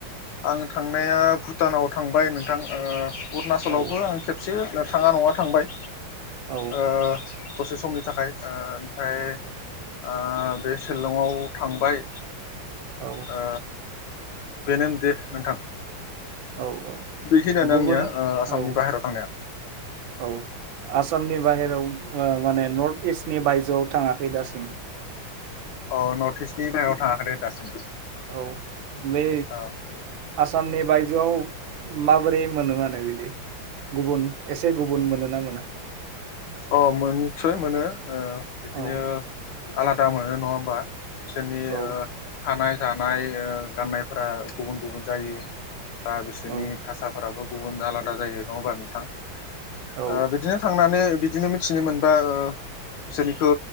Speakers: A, on the left (about 70°); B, on the right (about 75°).
A: आं थांनाया भुटानाव थांबाय नोंथां ओ अरुणाचलावबो
B: औ
A: आं खेबसे थाङा नङा थांबाय
B: औ
A: ओ दसे समनि थाखाय ओ ओमफ्राय ओ बे सिलंआव थांबाय
B: औ
A: ओ बेनो दे नोंथां
B: औ औ
A: बेखिनियानो
B: गुबुन
A: आंनिया ओ आसामनि
B: औ
A: बाहेरायाव थांनाया
B: औ आसामनि बाहेराव ओ माने नर्थ इस्टनि बायजोआव थाङाखै दासिम
A: अ नर्थ इस्टनि बाहेरायाव थाङाखै दे दासिमबो
B: औ बै
A: औ
B: आसामनि बायजोआव माबोरै मोनो माने बिदि गुबुन एसे गुबुन मोनोना मोना?
A: अ मोनो निस्सय मोनो ओ बिदिनो
B: औ
A: आलादा मोनो नङा होमबा? बिसोरनि
B: औ
A: ओ थानाय जानाय ओ गाननायफोरा गुबुन गुबुन जायो। बा बिसोरनि
B: औ
A: भाषाफोराबो गुबुन आलादा जायो नङाबा नोंथां?
B: औ
A: ओ बिदिनो थांनानै बि बिदिनो मिथिनो मोनबा ओ बिसोरनिखौ